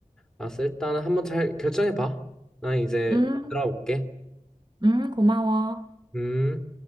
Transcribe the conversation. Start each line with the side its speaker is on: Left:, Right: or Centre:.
Centre: 알았어. 일단은 한번 잘 결정해 봐. 나 이제
Right: 음,
Centre: 들어볼게.
Right: 음, 고마워.
Centre: 음.